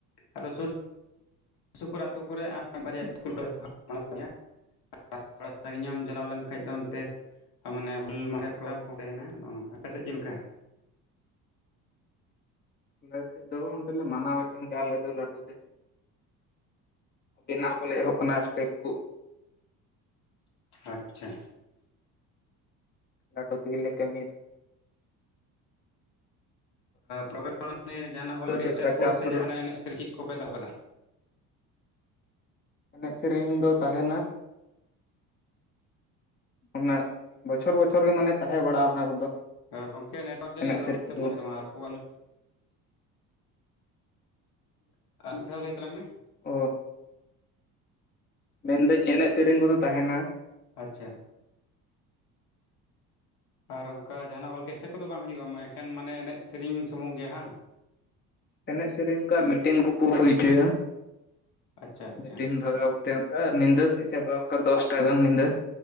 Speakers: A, on the left; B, on the left.
A: ᱟᱫᱚ ᱥᱩᱨ ᱥᱩᱯᱩᱨ ᱟᱹᱛᱩ ᱠᱚᱨᱮ ᱵᱟᱨᱭᱟ ᱤᱥᱠᱩᱞ ᱠᱚᱨᱮ <unintelligible> <unintelligible> ᱥᱟᱺᱜᱤᱧᱚᱜ ᱮᱢ ᱪᱟᱞᱟᱣ ᱞᱮᱱᱠᱷᱟᱡ ᱫᱚ ᱚᱱᱛᱮ ᱢᱟᱱᱮ ᱦᱩᱞ ᱢᱟᱨᱟᱦᱮ ᱯᱨᱳᱜᱨᱟᱢ ᱠᱚ ᱛᱟᱦᱮᱱᱟ ᱱᱚᱝᱠᱟ, ᱟᱯᱮ ᱥᱮᱫ ᱪᱮᱫ ᱞᱮᱠᱟ?
B: ᱟᱞᱮ ᱥᱮᱫ ᱫᱚ ᱩᱱᱫᱚᱞᱮ ᱢᱟᱱᱟᱣᱮᱫ ᱠᱟᱱ ᱜᱮᱭᱟ ᱟᱞᱮ ᱫᱚ ᱞᱟᱹᱴᱩ ᱛᱮ᱾ ᱵᱮᱱᱟᱣ ᱠᱚᱞᱮ ᱮᱦᱚᱵ ᱟᱠᱟᱱᱟ ᱥᱴᱮᱠ ᱠᱚ
A: ᱟᱪᱪᱷᱟ
B: ᱞᱟᱴᱩ ᱛᱮᱜᱮ ᱞᱮ ᱠᱟᱹᱢᱤ ᱭᱮᱫᱟ᱾
A: ᱯᱨᱳᱜᱨᱟᱢ ᱨᱮ ᱡᱟᱦᱟᱱᱟᱜ ᱚᱨᱠᱮᱥᱴᱟᱨ
B: ᱪᱮᱫ ᱞᱮᱠᱟ
A: ᱠᱚ
B: ᱪᱟᱥ
A: ᱥᱮ
B: ᱠᱚᱫᱚ
A: ᱡᱟᱦᱟᱱᱟᱜ ᱮᱱᱮᱡ ᱥᱤᱨᱤᱧ ᱠᱚ ᱪᱮᱫ ᱠᱚᱯᱮ ᱫᱚᱦᱚ ᱠᱟᱫᱟ?
B: ᱮᱱᱮᱡ ᱥᱮᱨᱮᱧ ᱫᱚ ᱛᱟᱦᱮᱱᱟ᱾ ᱚᱱᱟ ᱵᱚᱪᱷᱚᱨ ᱵᱚᱪᱷᱚᱨ ᱜᱮ ᱢᱟᱱᱮ ᱛᱟᱦᱮᱸ ᱵᱟᱲᱟᱜᱼᱟ ᱚᱱᱟ ᱠᱚᱫᱚ᱾
A: ᱦᱮᱸ ᱜᱚᱢᱠᱮ ᱱᱮᱴᱣᱟᱨᱠ ᱡᱟᱱᱤᱡ
B: ᱮᱱᱮᱡ
A: ᱧᱟᱢᱮᱫ
B: ᱥᱮᱨᱮᱧ
A: ᱛᱟᱢᱟ
B: ᱠᱚ
A: ᱟᱨᱦᱚ <unintelligible> ᱟᱨ ᱢᱤᱫ ᱫᱷᱟᱣ ᱞᱟᱹᱭ ᱛᱟᱞᱟᱝ ᱢᱮ
B: ᱚ ᱢᱮᱱᱫᱟᱹᱧ ᱮᱱᱮᱡ ᱥᱮᱨᱮᱧ ᱠᱚᱫᱚ ᱛᱟᱦᱮᱱᱟ᱾
A: ᱟᱪᱪᱷᱟ ᱟᱨ ᱚᱱᱠᱟ ᱡᱟᱦᱟᱱᱟᱜ ᱚᱨᱠᱮᱥᱴᱨᱟ ᱠᱚᱫᱚ ᱵᱟᱝ ᱦᱩᱭᱩᱜᱼᱟ ᱮᱠᱷᱮᱱ ᱢᱟᱱᱮ ᱮᱱᱮᱡ ᱥᱮᱨᱮᱧ ᱥᱩᱢᱩᱝ ᱜᱮ ᱦᱟᱸᱜ᱾
B: ᱮᱱᱮᱡ ᱥᱮᱨᱮᱧᱠᱟ ᱢᱤᱴᱤᱱ ᱠᱚᱠᱚ ᱦᱩᱭ ᱚᱪᱚᱭᱟ
A: ᱟᱪᱪᱷᱟ ᱟᱪᱪᱷᱟ
B: ᱢᱤᱴᱤᱱ ᱵᱷᱟᱜᱟᱣ ᱛᱮ ᱚᱱᱠᱟ ᱧᱤᱫᱟᱹ ᱥᱮᱫ ᱪᱟᱵᱟᱜᱼᱟ, ᱚᱱᱠᱟ ᱫᱚᱥᱴᱟ ᱜᱟᱱ ᱧᱤᱫᱟᱹ